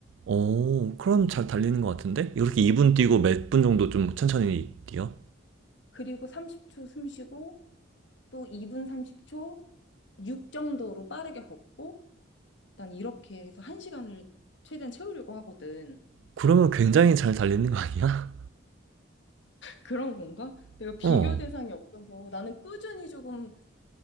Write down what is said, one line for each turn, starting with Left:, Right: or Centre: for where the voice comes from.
Right: 어, 그럼 잘 달리는 것 같은데? 이렇게 2분 뛰고 몇 분 정도 좀 천천히 뛰어?
Left: 그리고 30초 숨 쉬고 또 2분 30초 6 정도로 빠르게 걷고 난 이렇게 해서 한 시간을 최대한 채우려고 하거든.
Right: 그러면 굉장히 잘 달리는 거 아니야?
Left: 그런 건가?
Right: <laughs>
Left: 내가 비교
Right: 어.
Left: 대상이 없어서 나는 꾸준히 조금